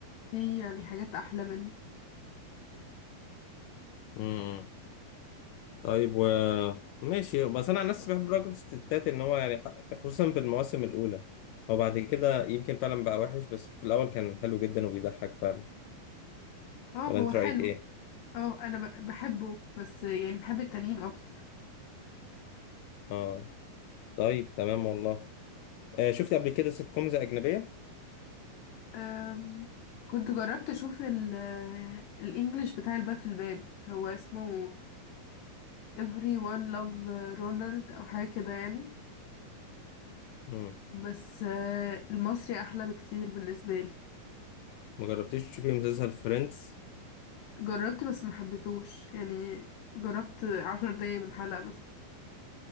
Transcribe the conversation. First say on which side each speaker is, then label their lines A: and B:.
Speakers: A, on the left (about 70°); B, on the left (about 85°).
A: في يعني حاجات أحلى منه
B: امم طيب و ماشي بس انا عن نفسي بحب راجل وست ستات ان هو يعني ح- خصوصا في المواسم الاولى هو بعد كده يمكن فعلا بقى وحش بس في الاول كان حلو جدا وبيضحك فعلا
A: اه
B: ولا
A: هو
B: انت
A: حلو
B: رايك ايه
A: اه انا ب- بحبه بس يعني بحب التانيين اكتر
B: اه طيب تمام والله آه شفت قبل كده سيت كومز اجنبيه
A: أم كنت جربت اشوف ال آه، الانجليش بتاع الباب في الباب هو اسمه everyone love رونالد او حاجه كده يعني
B: امم
A: بس آه، المصري احلى بكتير بالنسبه لي
B: ما جربتيش تشوفي مسلسل فريندز
A: جربت بس ما حبيتهوش يعني جربت عشر دقايق من حلقه مثلا